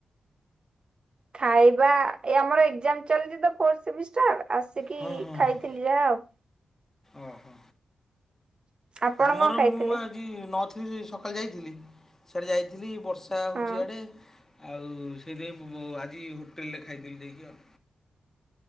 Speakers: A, on the right (about 45°); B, on the left (about 15°).
A: ଖାଇବା ଏ ଆମର ଏକ୍ଜାମ ଚାଲିଛି ତ ଫୋରସେମିସ <unintelligible> ଆସିକି
B: ହଁ ହଁ
A: ଖାଇଥିଲି
B: ହଁ
A: ଯାହା ଆଉ।
B: ଓହୋ
A: ଆପଣ
B: ଆମର
A: କଣ ଖାଇଥିଲେ?
B: ମୁଁ ବା ଆଜି ନଥିଲି ସକାଳେ ଯାଇଥିଲି ସିଆଡ଼େ ଯାଇଥିଲି ବର୍ଷା ହେଉଛି
A: ହଁ
B: ଇଆଡ଼େ। ଆଉ ସେଇଥିପାଇଁ ଆଜି ହୋଟେଲରେ ଖାଇଦେଲି ଯାଇକି ଆଉ।